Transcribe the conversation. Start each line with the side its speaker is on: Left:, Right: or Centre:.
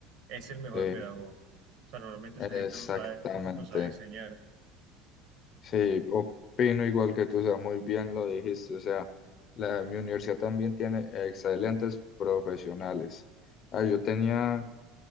Right: es el mejor
Left: sí,
Right: pedagogo. O sea, normalmente
Left: exactamente.
Right: esa gente no sabe, no sabe enseñar.
Left: Sí, opino igual que tú, o sea, muy bien lo dijiste, o sea, la, mi universidad también tiene excelentes profesionales. Ah, yo tenía